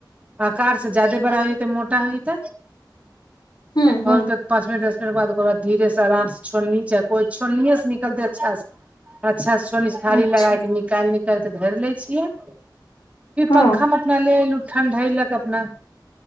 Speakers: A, on the right (about 20°); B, on the left (about 65°).
A: आकार से ज्यादे बड़ा हो जेतै मोटा हो जतै
B: हुँ,
A: आओर
B: हुँ,
A: पाँच मिन दस बाद ओकर बाद धीरे से आराम छोलनी चक्कू छोलनीये से निकलतै अच्छा से अच्छा सोनी थारी
B: अच्छा,
A: लगाके निकालि निकाल कऽ धरि लै छियै फिर
B: हाँ,
A: पंखामे अपना ले एलू ठण्ढलक अपना